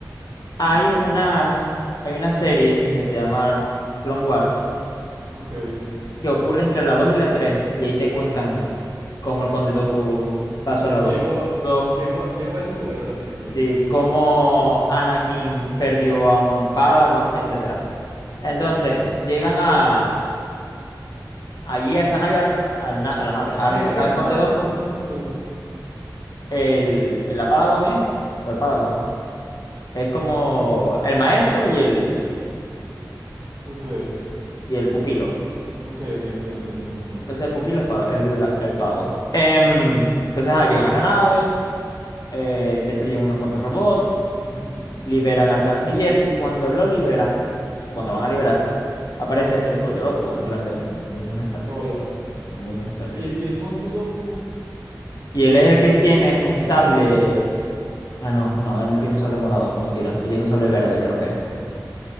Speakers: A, on the left (about 60°); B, on the right (about 45°).
A: hay
B: Ujú,
A: unas, hay una serie que se llama Clone Wars,
B: Ok.
A: que ocurre entre la 2 y la tres y ahí te cuentan cómo el Conde Doku pasó al lado
B: Llegó
A: oscuro,
B: a, llegó a- llegó a ese lugar de la película.
A: sí, cómo Anakin perdió a un Padawan, etcétera. Entonces,
B: ok,
A: llegan a, allí a esa nave, a, a la a la nave, a
B: ¿Qué,
A: rescatar
B: qué era
A: al
B: un
A: Conde
B: Padawan?
A: Doku.
B: No me acuerdo.
A: el, la Padawan es, o el Padawan, es como el maestro y el,
B: ok,
A: y el pupilo.
B: ok, ok, entiendo, entiendo, continúa.
A: Entonces el pupilo es pa- el, el Padawan. Em,
B: Ok,
A: entonces ah, llegan a la nave, eh, destruyen unos cuantos robots,
B: Ujú,
A: liberan al canciller y cuando lo liberan, o
B: ujú.
A: cuando lo van a liberar, aparece el Conde Doku en plan de, muy buenas tardes,
B: hola.
A: muy buenas tardes.
B: ¿Y el, y el Kondudoku,
A: Y él es el que tiene un sable...
B: quién es?
A: Ah, no, no, él no tiene un sable morado, mentira. Él tiene un sable verde, creo que es.